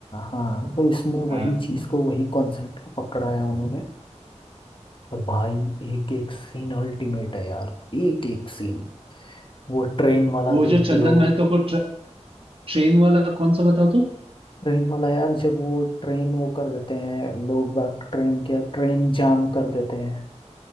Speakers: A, on the left; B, on the right.
A: हाँ तो इसमें वही
B: हाँ।
A: चीज को वही कॉन्सेप्ट को पकड़ाया उन्होंने और भाई एक एक सीन अल्टीमेट है यार एक एक सीन वो ट्रेन वाला
B: वो
A: देख
B: जो चंदन
A: लो
B: महतो को ट्र, ट्रेन वाला कौन सा बताओ तो
A: ट्रेन वाला यार जब वो ट्रेन वो कर देते हैं लोग बाग ट्रेन के ट्रेन जाम कर देते हैं